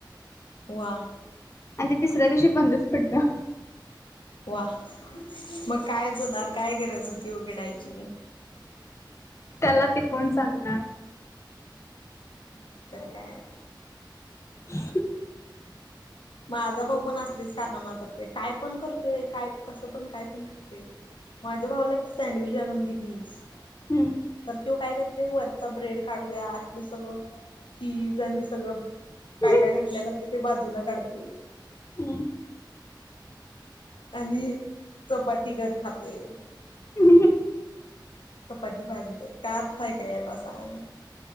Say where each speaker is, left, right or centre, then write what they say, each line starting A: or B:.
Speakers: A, on the left; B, on the left.
A: वाह!
B: आणि ते तिसऱ्या दिवशी बंदच पडलं.
A: वा मग काय होणार काय गरज होती उघडायची.
B: त्याला ते कोण सांगणार.
A: नाही तर काय.
B: <inaudible>
A: माझा भाऊ पण असलीच कारनामा करतोय काय पण करतोय काय कसं पण काय पण खातोय. माझ्या भावाला एक सँडविच आणून दिलीस.
B: हम्म!
A: तर तो काय करते वरचा ब्रेड काढतोय आतलं सगळं चीज आणि सगळं काय
B: हम्म.
A: काय घातलेला असतं ते बाजूला काढत‌.
B: हम्म!
A: आणि चपाती गत खातय.
B: <inaudible>
A: चपाती भाजी काय अर्थ आहे का याला सांग.